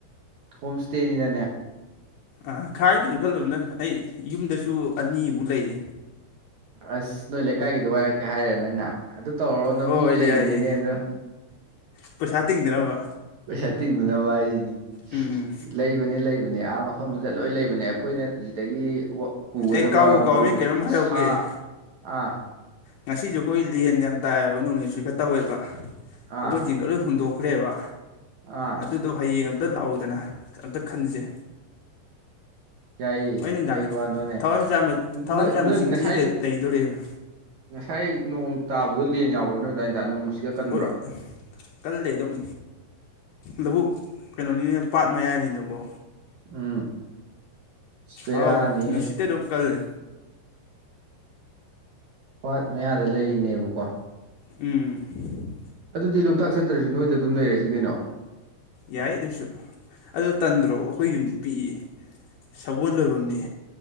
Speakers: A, on the right; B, on the left.
A: ꯍꯣꯝ ꯏ꯭ꯁꯇꯦꯅꯤꯅꯅꯦ
B: ꯑ ꯈꯥꯏꯔ ꯀꯩꯁꯨ ꯈꯜꯂꯨꯅꯨꯗ ꯑꯩ ꯌꯨꯝꯗꯁꯨ ꯑꯅꯤꯃꯨꯛ ꯂꯩꯌꯦ
A: ꯑꯁ ꯅꯣꯏ ꯂꯩꯀꯥꯏꯒꯤꯗꯣ ꯋꯥꯏꯔꯛꯀꯦ ꯍꯥꯏꯔꯅꯤ ꯅꯪꯅ ꯑꯗꯨ ꯇꯧꯔꯣꯅꯣ
B: ꯍꯣꯏ
A: ꯃꯤꯒꯤ ꯂꯩꯕꯅꯤꯅꯦ
B: ꯌꯥꯏꯌꯦ
A: ꯑꯗꯣ
B: ꯄꯩꯁꯥ ꯇꯤꯡꯗꯅꯕ
A: ꯄꯩꯁꯥ ꯇꯤꯡꯗꯅꯕ ꯍꯥꯏꯁꯤꯅꯤ
B: ꯎꯝ ꯎꯝ
A: ꯂꯩꯕꯅꯦ ꯂꯩꯕ ꯅꯦ ꯑꯥ ꯃꯐꯝꯗꯨꯗ ꯂꯣꯏ ꯂꯩꯕꯅꯦ ꯑꯩꯈꯣꯏꯅ ꯁꯤꯗꯒꯤ ꯄꯨꯒꯗꯕꯕꯨ
B: ꯑꯩ ꯀꯥꯎꯕꯨ ꯀꯥꯎꯃꯤ ꯀꯩꯅꯣꯝ ꯍꯥꯏꯍꯧꯒꯦ
A: ꯑ ꯑꯥ
B: ꯉꯁꯤꯁꯨ ꯑꯩꯈꯣꯏ ꯂꯦꯟ ꯌꯥꯝ ꯇꯥꯏꯌꯦꯕ ꯅꯣꯡꯂꯩ ꯅꯨꯡꯁꯤꯠꯀꯥ ꯇꯧꯋꯦꯕ
A: ꯑꯥ
B: ꯑꯩꯈꯣꯏ ꯖꯤꯡꯒꯒꯥ ꯂꯣꯏ ꯍꯨꯟꯗꯣꯛ ꯊꯣꯛꯈ꯭ꯔꯦꯕ
A: ꯑꯥ
B: ꯑꯗꯨꯗꯣ ꯍꯌꯦꯡ <unintelligible> ꯑꯝꯇ ꯂꯥꯛꯑꯣꯗꯅ ꯑꯝꯇ ꯈꯟꯖꯦ
A: ꯌꯥꯏꯌꯦ
B: ꯍꯨꯔꯦ ꯅꯨꯡꯗꯥꯡꯗꯤ
A: ꯀꯩ ꯋꯥꯅꯣꯅꯦ
B: ꯊꯋꯥꯏ ꯃꯤꯆꯥ ꯃꯠ ꯊꯋꯥꯏ
A: ꯅꯣꯏ
B: ꯃꯤꯆꯥ
A: ꯅꯣꯏ
B: ꯃꯁꯤꯡ
A: ꯉꯁꯥꯏ
B: ꯊꯤ ꯂꯩꯗꯣꯔꯦꯕ
A: ꯉꯁꯥꯏ ꯅꯣꯡ ꯇꯥꯕꯗꯣ ꯂꯦꯟ ꯌꯥꯎꯕ꯭ꯔ ꯅꯣꯏ ꯑꯗꯥꯏꯗ ꯅꯣꯡ ꯅꯨꯡꯁꯤꯠꯀ ꯀꯟꯕ꯭ꯔꯣ
B: ꯑꯣꯏ ꯀꯜꯂꯦ ꯑꯗꯨꯝ ꯂꯧꯕꯨꯛ ꯀꯩꯅꯣꯅꯤꯅꯦ ꯄꯥꯠ ꯃꯌꯥꯏꯅꯤꯅꯕꯀꯣ
A: ꯎꯝ ꯄꯦꯔꯥꯅꯤꯍꯦ
B: ꯍꯥꯎ ꯅꯨꯡꯁꯤꯠꯇ ꯑꯗꯨꯝ ꯀꯜꯂꯦ
A: ꯄꯥꯠ ꯃꯌꯥꯗ ꯂꯩꯔꯤꯅꯦꯕꯀꯣ
B: ꯎꯝ
A: ꯑꯗꯨꯗꯤ ꯂꯣꯛꯇꯥꯛ ꯆꯠꯇ꯭ꯔꯁꯨ ꯅꯣꯏꯗ ꯑꯗꯨꯝ ꯂꯩꯔꯁꯤ ꯀꯩꯅꯣ
B: ꯌꯥꯏ ꯑꯗꯨꯁꯨ ꯑꯗꯨ ꯇꯟꯗ꯭ꯔꯣ ꯑꯩꯈꯣꯏ ꯌꯨꯝꯗꯤ ꯄꯤꯛꯏ ꯁꯒꯣꯜ ꯂꯣꯏꯚꯝꯅꯤ